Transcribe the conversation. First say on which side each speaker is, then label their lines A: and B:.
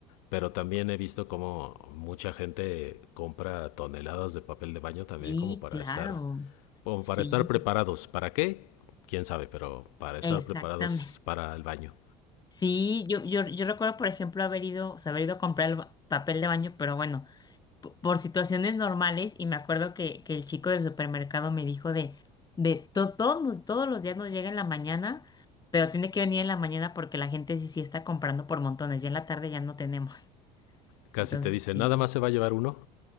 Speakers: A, on the left; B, on the left.
A: Pero también he visto como mucha gente compra toneladas de papel de baño
B: sí,
A: también como para
B: claro,
A: estar o
B: sí,
A: para estar preparados. ¿Para qué? Quién sabe, pero para estar
B: exactamente.
A: preparados para el baño.
B: Sí, yo, yo, yo recuerdo, por ejemplo, haber ido, o sea, haber ido a comprar el ba- papel de baño, pero bueno. po- por situaciones normales y me acuerdo que, que el chico del supermercado me dijo de, de to- todos, nos- todos los días nos llega en la mañana, pero tiene que venir en la mañana porque la gente sí, sí está comprando por montones, ya en la tarde ya no tenemos.
A: Casi
B: Entonces,
A: te dicen,
B: sí,
A: nada más se va a llevar uno.